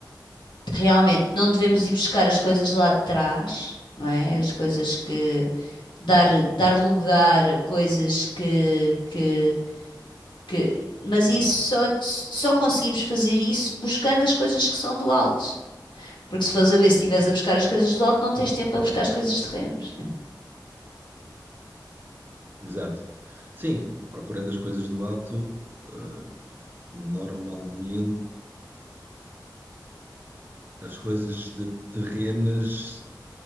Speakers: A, on the left (about 85°); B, on the right (about 25°).
A: realmente não devemos ir buscar as coisas lá de trás, não é? As coisas que dar dar lugar a coisas que que que- mas isso só, só conseguimos fazer isso buscando as coisas que são do alto. Porque se fores a ver, se estiveres a buscar as coisas do alto, não tens tempo para buscar as coisas terrenas, né?
B: Exato. Sim, procurando as coisas do alto, eh, normalmente as coisas de terrenas